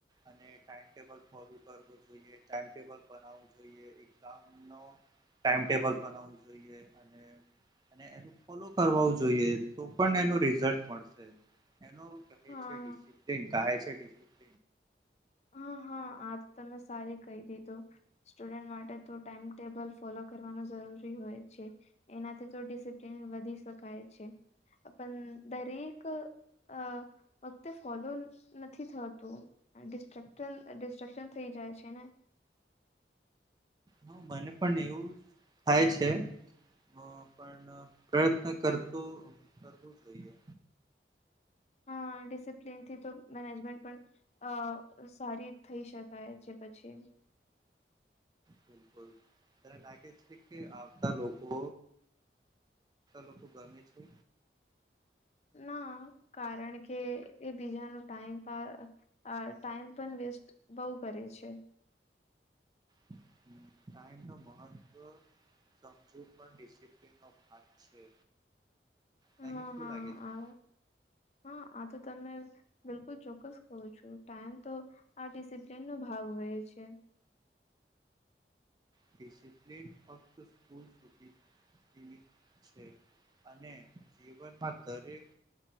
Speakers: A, on the right (about 25°); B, on the left (about 35°).
A: અને ટાઈમટેબલ ફોલ કરવો જોઈએ. ટાઈમટેબલ બનાવવું જોઈએ એક કામ ન ટાઈમટેબલ બનાવવું જોઈએ અને અને એનું ફોલો કરવાવું જોઈએ તો પણ એનું રિઝલ્ટ મળશે. એનો કહે
B: હા
A: છે ડિસિપ્લિન કહે છે ડિસપ્ન
B: હા હા આ તો તમે સારી કહી દીધું. સ્ટુડન્ટ માટે તો ટાઈમ ટેબલ ફોલો કરવાનું જરૂરી હોય છે. એનાથી તો ડિસિપ્લિન વધી શકાય છે પણ દરેક અ વખતે ફોલો નથી થતું. ડ ડિસ્ટ્રક્શન થઈ જાય છે ને.
A: હા મને પણ એવું થાય છે. હ પણ પ્રયત્ન કરતો કરવું જોઈએ.
B: હ ડિસિપ્લન થી તો મેનેજમેન્ટ પણ અ સારી થઈ શકાય જે પછી-'
A: બિલકુલ ત લાગે છે કે આવતા લોકો લોકો ગરમે છે.
B: ના કારણ કે એ બીજાનું ટાઈમ પા અ ટાઈમ પણ વેસ્ટ બહુ કરે છે.
A: હમ કઈ ન મહત્વ સમજૂ પણિસપ્ ન ભાગ છે તેને
B: હા
A: શું
B: હા
A: લાગે છે.
B: આ હા આ તો તમને બિલકુલ ચોક્કસ કું છું ટાઈમ તો આ ડિસિપ્લીન નો ભાગ હોય છે.
A: ડિસિપ્લિન ફક્ત સ્કૂલ્સતી ીમિત છે અને જીવનમાં દરેક